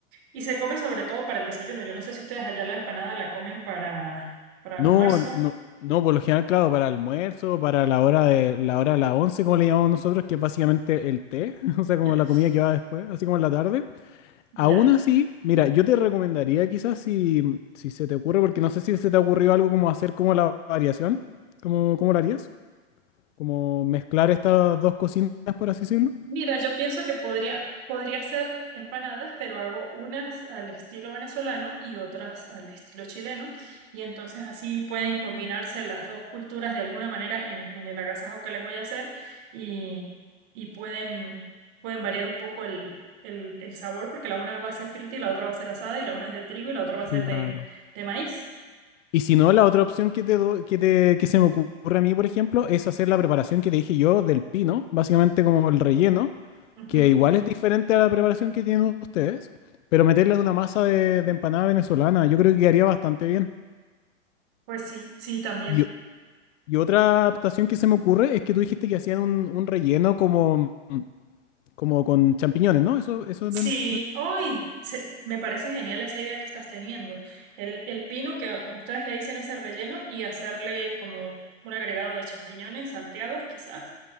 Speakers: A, on the right; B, on the left.
A: y se come sobre todo para el desayuno. Yo no sé si ustedes allá la empanada la comen para, para
B: No,
A: almuerzo.
B: no, no, por lo general, claro, para almuerzo, para la hora de la hora de las once, como le llamamos nosotros, que es básicamente el té, <laughs> o sea, como
A: Ya.
B: la
A: <laughs>
B: comida que va después, así como en la tarde.
A: Ya.
B: Aún así, mira, yo te recomendaría quizás si, si se te ocurre, porque no sé si se te ha ocurrido algo como hacer como la variación, como, ¿cómo lo harías? Como mezclar estas dos cocinas, por así decirlo.
A: Mira, yo pienso que podría, podría hacer empanadas, pero hago unas al estilo venezolano y otras al estilo chileno. Y entonces así pueden combinarse las dos culturas de alguna manera en, en el agasajo que les voy a hacer y, y pueden, pueden variar un poco el, el, el sabor porque la una va a ser frita y la otra va a ser asada y la una es de trigo y la otra va
B: Claro.
A: a ser de, de maíz.
B: Y si no, la otra opción que te do- que te- que se me ocurre a mí, por ejemplo, es hacer la preparación que te dije yo del pino, básicamente como el relleno.
A: Ujú.
B: que igual es diferente a la preparación que tienen ustedes, pero meterla en una masa de, de empanada venezolana, yo creo que quedaría bastante bien.
A: Pues sí, sí, también.
B: Y, y otra adaptación que se me ocurre es que tú dijiste que hacían un, un relleno como, como con champiñones, ¿no? Eso, eso
A: Sí,
B: entendí.
A: hoy se- me parece genial esa idea que estás teniendo. El, el pino, que como ustedes le dicen, es el relleno, y hacerle como un agregado de champiñones salteados, quizás.